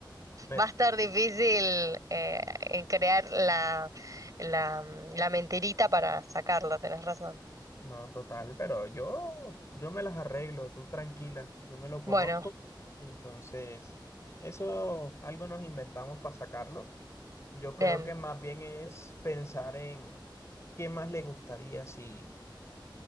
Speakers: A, on the left; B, on the right.
A: Me-
B: Va a estar difícil eh, en crear la, la, mm, la mentirita para sacarlo, tenés razón.
A: No, total, pero yo, yo me las arreglo, tú tranquila, yo me lo conozco,
B: Bueno,
A: entonces eso algo nos inventamos para sacarlo. Yo creo
B: bien.
A: que más bien es pensar en qué más le gustaría si,